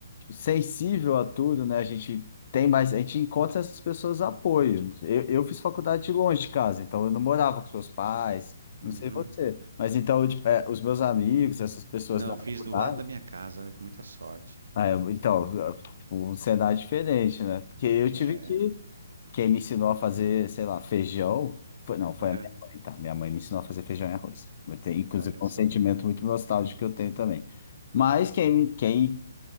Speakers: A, on the left; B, on the right.
A: sensível a tudo, né? A gente tem mais, a gente encontra essas pessoas apoio. Eu, eu fiz faculdade de longe de casa, então eu não morava com seus pais,
B: Uhum.
A: não sei você, mas então tipo, é, os meus amigos, essas pessoas
B: Não,
A: da
B: eu
A: faculdade,
B: fiz do lado da minha casa, olha que muita sorte.
A: ah, eu- então eu- um cenário diferente, né? Porque eu tive
B: É,
A: que quem me ensinou a fazer, sei lá, feijão foi, não, foi
B: aham,
A: a minha mãe, tá? Minha mãe me ensinou a fazer feijão e arroz. Eu tenho, inclusive,
B: Olha
A: um
B: só.
A: sentimento muito nostálgico que eu tenho também. Mas quem, quem